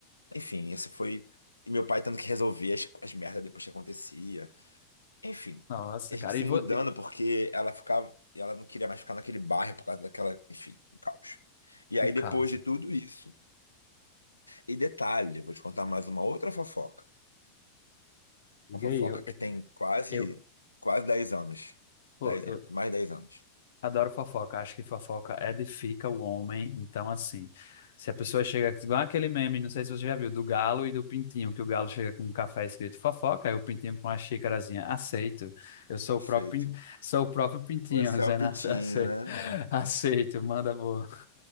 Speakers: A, on the left; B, on the left.
A: Enfim, esse foi. E meu pai tendo que resolver as, as merdas depois que acontecia. Enfim,
B: Nossa,
A: e a
B: cara,
A: gente se
B: e
A: mudando
B: vou...
A: porque ela ficava, ela não queria mais ficar naquele bairro por causa daquela, enfim, um caos. E aí
B: um caso.
A: depois de tudo isso, e detalhe, vou te contar mais uma outra fofoca.
B: Diga
A: Uma fofoca
B: aí, eu,
A: que tem quase
B: eu,
A: quase dez anos.
B: pô,
A: dez
B: eu
A: anos, mais 10 anos.
B: Adoro fofoca, acho que fofoca edifica o homem. Então, assim, se a pessoa chega, igual aquele meme, não sei se você já viu, do galo e do pintinho, que o galo chega com um café escrito fofoca, e o pintinho com uma xícarazinha, aceito. Eu sou
A: Aceito.
B: o próprio, pin- sou o próprio pintinho,
A: Você
B: <laughs> dizendo
A: é o pintinho,
B: "Ace- ace-
A: né?
B: aceito, manda boa.